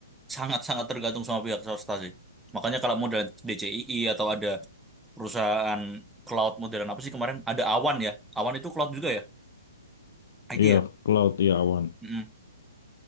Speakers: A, in the centre; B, on the left.
A: sangat-sangat tergantung sama pihak swasta sih. Makanya kalau model DCII atau ada perusahaan cloud modern apa sih kemarin, ada Awan ya. Awan itu cloud juga ya, IT
B: Iya
A: ya.
B: cloud iya awan
A: Mm-mm.